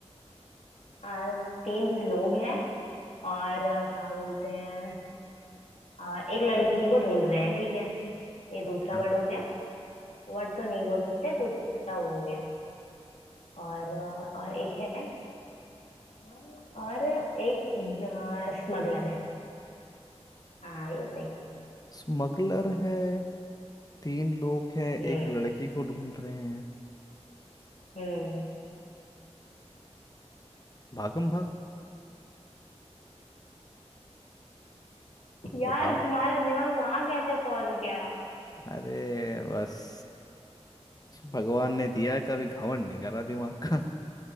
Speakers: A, on the left; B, on the left.
A: आ, तीन लोग हैं और अ, क्या बोलते हैं आ, एक लड़की को ढूंढ रहे हैं ठीक है ये
B: अच्छा
A: दूसरा वर्ड हो गया वर्ड तो नहीं बोल सकते दूसरा वो हो गया और अ, और एक है हाँ, और एक स्मगलर है हाँ ये सही है
B: स्मगलर है तीन लोग हैं
A: हम्म
B: एक लड़की को ढूंढ रहे हैं
A: हम्म
B: भागम भाग
A: यार
B: बताओ
A: तुम्हारा दिमाग वहां कैसे पहुंच गया
B: अरे बस भगवान ने दिया है कभी घावन नहीं करा दिमाग का